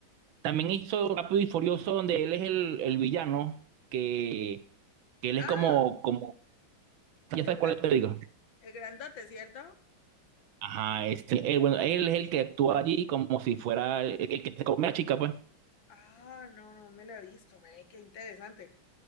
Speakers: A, on the right; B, on the left.
A: también hizo Rápido y Furioso, donde él es el, el villano, que, que él
B: Ah,
A: es como, como, ya
B: el,
A: sabes cuál
B: gran-
A: te digo.
B: el grandote, ¿cierto?
A: Ajá, ese, él, bueno, él es el que actúa allí como si fuera el, el que se come a la chica, pues.
B: Ah, no, no me lo he visto, ve, qué interesante.